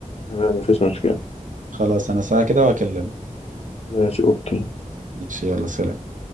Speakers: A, on the left; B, on the right.
A: تمام مفيش مشكلة
B: خلاص انا ساعة كده واكلمك
A: ماشي اوكي
B: ماشي يلا سلام